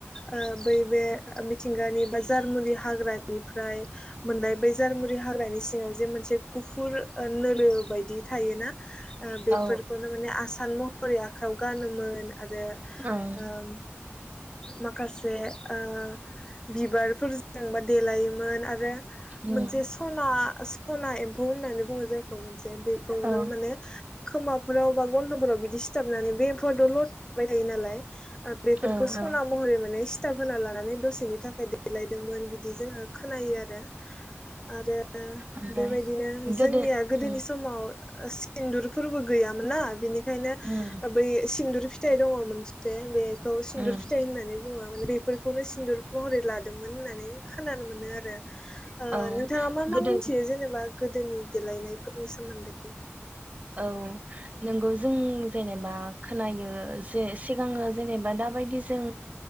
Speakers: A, on the left (about 15°); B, on the right (about 35°).
A: ओ बै बे मिथिंगानि बा जारमुुलि हाग्रानिफ्राय मोननाय बै जारमुरि हाग्रानि सिङाव जे मोनसे गुफुर ओ नोलो बायदि थायोना। ओ बेफोरखौनो
B: औ
A: माने आसान मह सरि आखायाव गानोमोन। आरो
B: ओं
A: ओम। माखासे ओ बिबारफोरजोंबा देलायोमोन आरो
B: उम
A: मोनसे सना सना एम्फौ होन्नानै बुङो जायखौ मोनसे बेखौनो
B: औ
A: माने खोमाफोराव बा गन्थंफोराव बिदि सिथाबनानै बे एम्फौआ दलथ' थाबाय थायो नालाय ओ बेफोरखौ
B: औ
A: सना
B: औ
A: महरै माने सिथाब होना लानानै दसेनि थाखाय देलायदोंमोन बिदि जोङो खोनायो आरो। आरो
B: ओमफ्राय
A: बेबाय बिदिनो
B: गोदो
A: जोंनिया गोदोनि
B: उम
A: समाव ओ सिन्दुरफोरबो गैयामोन ना बिनिखायनो
B: उम
A: ओ बै सिन्दुर फिथाइ दङ मोनसे बे खौ सिन्दुर
B: उम
A: फिथाइ होन्नानै बुङो माने बेफोरखौनो सिन्दुर महरै लादोंमोन होन्नानै खोनानो मोनो आरो ओ
B: औ
A: नोंथाङा मा मा
B: गोदो
A: मिथियो जेनेबा गोदोनि देलायनायफोरनि सोमोन्दै?
B: औ नोंगौ जों जेनेबा खोनायो जे सिगाङो जेनेबा दाबायदि जों